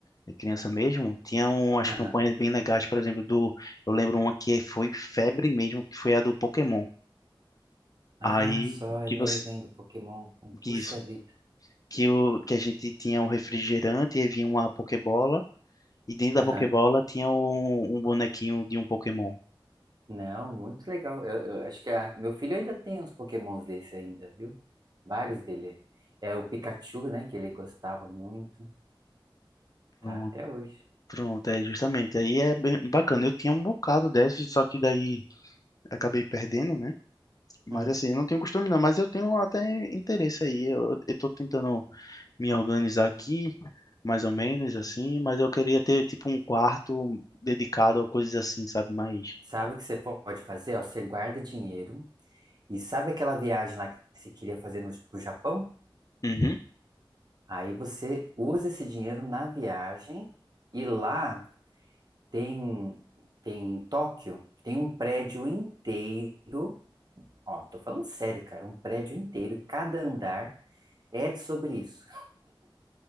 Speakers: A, on the left; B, on the right.
A: eh, criança mesmo, tinha um, umas
B: É.
A: campanhas bem legais, por exemplo, do eu lembro uma que foi febre mesmo, que foi a do Pokémon.
B: Ah,
A: Aí
B: só é
A: que
B: mesmo,
A: você
B: hein, do Pokémon.
A: que
B: Puxa
A: isso
B: vida.
A: que o que a gente tinha um refrigerante e aí vinha uma Pokébola E dentro da
B: Aham.
A: Pokébola tinha um, um bonequinho de um Pokémon.
B: Não, muito legal. Eu, eu acho que a- meu filho ainda tem uns Pokémons desse ainda, viu? Vários dele. É o Pikachu, né, que ele gostava muito.
A: Pronto,
B: Tá até hoje.
A: pronto, é justamente. Aí é bem bacana. Eu tinha um bocado desses, só que daí acabei perdendo, né? Mas
B: Hum.
A: assim, eu não tenho costume não, mas eu tenho até interesse aí. Eu, eu tô tentando me organizar aqui, mais ou menos assim, mas eu queria ter tipo um quarto dedicado a coisas assim, sabe? Mais.
B: Sabe o que você pode fazer? Ó, você guarda dinheiro e sabe aquela viagem lá que você queria fazer no, pro Japão?
A: Uhum.
B: Aí você usa esse dinheiro na viagem e lá tem, tem em Tóquio, tem um prédio inteiro Ó, tô falando sério, cara, um prédio inteiro, cada andar é sobre isso.